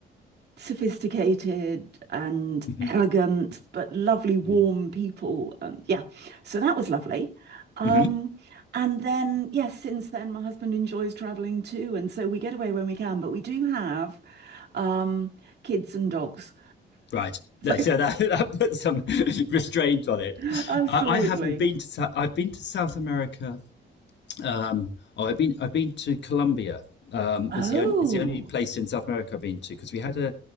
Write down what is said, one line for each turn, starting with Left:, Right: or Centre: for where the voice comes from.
Right: sophisticated and
Left: hmm
Right: elegant, but lovely, warm
Left: Yeah.
Right: people. Um, yeah, so that was lovely. Um,
Left: hmm
Right: and then, yes, since then, my husband enjoys traveling too, and so we get away when we can. But we do have um, kids and dogs.
Left: Right. Yeah,
Right: So,
Left: so that, <laughs> that puts some <laughs> restraint on it.
Right: <laughs> absolutely.
Left: I, I haven't been to I've been to South America um, oh, I've been I've been to Colombia. Um, was
Right: Oh,
Left: the only, it's the only place in South America I've been to because we had a,